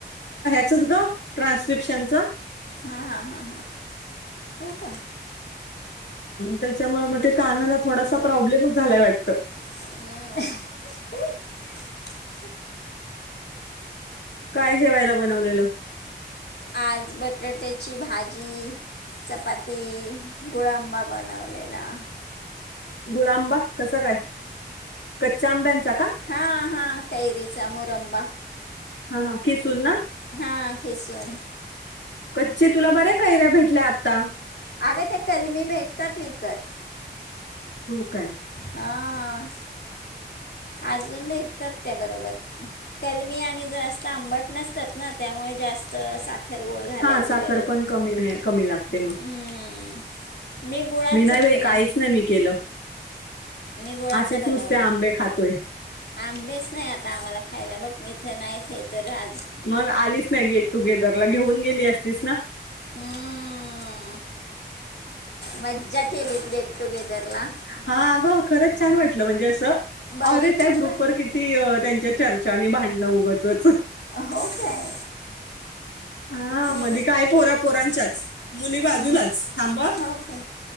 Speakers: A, on the left; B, on the left.
A: च ग ट्रान्स्क्रिप्शनचा
B: हा हा हा हा हो काय
A: त्याच्यामुळे मग ते कानाला थोडासा प्रॉब्लेमच झालाय वाटत
B: हम्
A: काय जेवायला बनवलेलं
B: आज बटाट्याची भाजी चपाती गुळांबा बनवलेला
A: गुळ आंबा कसा काय कच्च्या आंब्यांचा का
B: हा हा कय रिच मुरमबा
A: हा हा किसुन ना
B: हा खेसून
A: कच्चे तुला बऱ्या काैऱ्या भेटल्या आता
B: अगं ते कलमी भेटतात विकत
A: होकण
B: हा अजून भेटतात त्या बरोबर कलमी आणि जास्त आंबट नसतात ना त्यामुळे जास्त साखर गोळ घालायची
A: हा साखर
B: गरज
A: पण कमी कमी लागते मग
B: हम्म. गुळाचा
A: मी नाही भाई
B: केला
A: काहीच नाही मी केलं
B: मी गुळाचा
A: असेच
B: बनवला
A: नुसते आंबे खातोय
B: आंबेच नाही आता आम्हाला खायला बघ म इथं नाही ते हे तर आज
A: मग आलीच नाही गेट टुगेदर ला घेऊन गेली असतीस ना
B: हम्म मज्जा केलीत गेट टुगेदर ला
A: हा अगं खरंच छान वाटलं म्हणजे असं
B: बघितलं
A: रे त्या ग्रुपवर किती त्यांच्या चर्चानी भांडणं उगतच
B: हो काय
A: ह हा
B: मी
A: मध काय पोऱ्या पोरांच्याच मुली बाजूलाच
B: हम्म.
A: थांबा क्षक्षक्षृल
B: हो काय